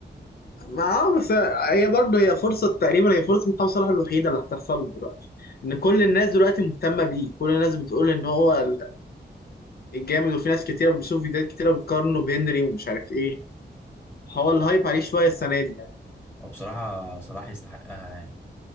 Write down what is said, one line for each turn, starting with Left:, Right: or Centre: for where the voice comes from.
Left: ما اه بس هي برضه هي فرصة تقريبا هي فرصة محمد صلاح الوحيدة اللي هتحصل له دلوقتي إن كل الناس دلوقتي مهتمة بيه كل الناس بتقول إن هو ال- الجامد وفي ناس كتيرة بشوف فيديوهات كتيرة بتقارنه بهنري ومش عارف إيه هو الهايب عليه شوية السنة دي يعني
Centre: وبصراحة صلاح يستحقها يعني